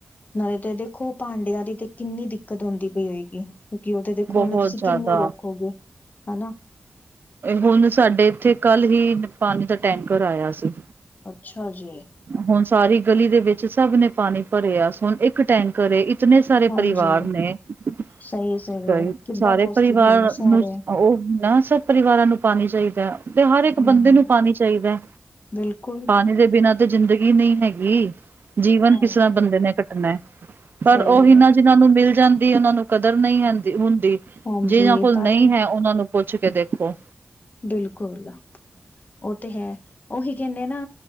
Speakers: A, on the left; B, on the right.
A: ਨਾਲੇ ਤੇ ਦੇਖੋ ਭਾਂਡਿਆਂ ਦੀ ਕਿੰਨੀ ਦਿੱਕਤ ਹੁੰਦੀ ਪਈ ਹੋਏਗੀ। ਕਿਉੰਕਿ ਦੇਖੋ
B: ਬਹੁਤ
A: ਹੁਣ ਤੁਸੀਂ
B: ਜ਼ਿਆਦਾ।
A: ਕਿੰਨੂੰ ਰੋਕੋਗੇ ਹਨਾ।
B: ਹੁਣ ਸਾਡੇ ਇੱਥੇ ਕੱਲ ਹੀ, ਪਾਨੀ ਦਾ ਟੈਂਕਰ ਆਇਆ ਸੀ।
A: ਅੱਛਾ ਜੀ।
B: ਹੁਣ ਸਾਰੀ ਗਲੀ ਦੇ ਵਿੱਚ ਸਭ ਨੇ ਪਾਣੀ ਭਰਿਆ, ਸੁਣ ਇੱਕ ਟੈਂਕਰ ਏ ਇਕ ਇਤਨੇ ਸਾਰੇ
A: ਹਾਂਜੀ
B: ਪਰਿਵਾਰ ਨੇ ਨਮਸਕਾਰ
A: ਸਹੀ ਸਹੀ ਹੈ
B: ਜੀ,
A: ਕਿੱਦਾਂ
B: ਸਾਰੇ
A: ਪੋਸੀਬਲ
B: ਪਰਿਵਾਰ
A: ਸਾਰੇ
B: ਨੂੰ ਉਹ ਨਾ ਸਭ ਪਰਿਵਾਰਾਂ ਨੂੰ ਪਾਨੀ ਚਾਹੀਦਾ, ਤੇ ਹਰ ਇੱਕ
A: ਹਮ
B: ਬੰਦੇ ਨੂੰ ਪਾਨੀ ਚਾਹੀਦਾ,
A: ਬਿਲਕੁਲ
B: ਪਾਣੀ ਦੇ ਬਿਨਾਂ ਜ਼ਿੰਦਗੀ ਨਹੀਂ ਹੈਗੀ, ਜੀਵਨ
A: ਹਾਂਜੀ।
B: ਕਿਸ ਤਰਾਂ ਬੰਦੇ ਨੇ ਕੱਟਣਾ, ਪਰ
A: ਸਹੀ
B: ਉਹੀ
A: ਹੈ
B: ਨਾ ਜਿਹਨਾਂ ਨੂੰ ਮਿਲ ਜਾਂਦੀ ਉਹਨਾਂ ਨੂੰ ਕਦਰ ਨਹੀਂ ਹੁਦੀ, ਹੁੰਦੀ
A: ਹਾਂਜੀ
B: ਜਿਨਾਂ ਕੋਲ
A: ਪਰ
B: ਨਹੀਂ ਹੈ ਉਹਨਾਂ ਨੂੰ ਪੁੱਛ ਕੇ ਦੇਖੋ
A: ਬਿਲਕੁਲ, ਉਹ ਤੇ ਹੈ, ਉਹੀ ਕਹਿੰਦੇ ਨਾ